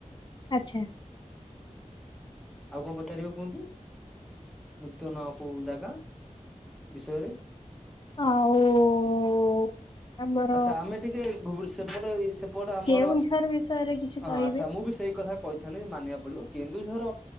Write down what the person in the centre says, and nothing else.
ଆଉ କଣ ପଚାରିବେ କୁହନ୍ତୁ? ନୂତନ କୋଉ ଜାଗା ବିଷୟରେ।
ଆଚ୍ଛା, ଆମେ ଟିକେ ସେପଟେ ଏଇ ସେ ସେପଟ ଆମର
ଆଚ୍ଛା ମୁଁ ବି ସେଇ କଥା କହିଥାନ୍ତି ମାନିବାକୁ ପଡିବ କେନ୍ଦୁଝର